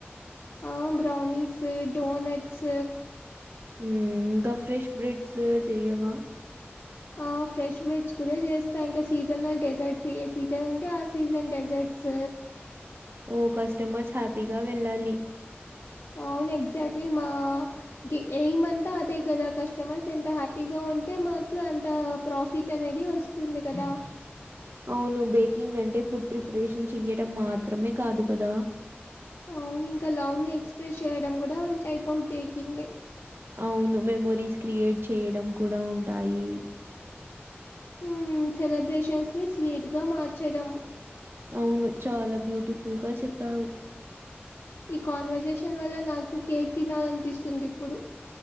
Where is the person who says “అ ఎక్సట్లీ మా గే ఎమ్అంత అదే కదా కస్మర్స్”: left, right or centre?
Left